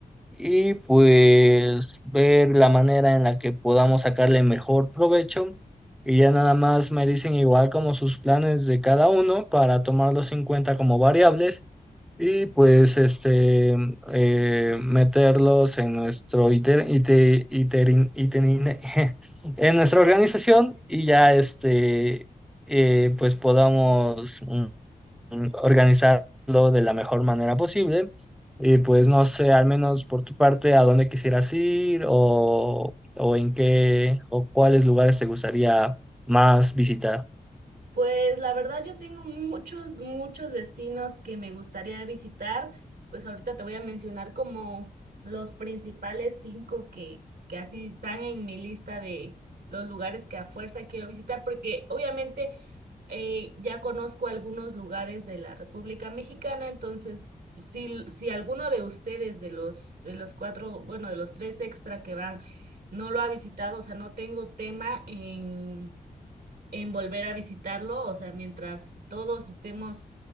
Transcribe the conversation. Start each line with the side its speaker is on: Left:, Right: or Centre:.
Centre: y pues ver la manera en la que podamos sacarle mejor provecho y ya nada más me dicen igual como sus planes de cada uno para tomarlos en cuenta como variables y pues este eh, meterlos en nuestro iter- ite- iterin- iterin- <laughs> en nuestra organización y ya este eh, pues podamos mm, mm, organizarlo de la mejor manera posible y pues no sé al menos por tu parte a dónde quisieras ir o o en qué o cuáles lugares te gustaría más visitar
Right: Pues la verdad yo tengo muchos, muchos destinos que me gustaría visitar. Pues ahorita te voy a mencionar como los principales cinco que, que así están en mi lista de los lugares que a fuerza quiero visitar, porque obviamente eh, ya conozco algunos lugares de la República Mexicana, entonces si, si alguno de ustedes, de los, de los cuatro, bueno, de los tres extra que van, no lo ha visitado, o sea, no tengo tema en en volver a visitarlo, o sea, mientras todos estemos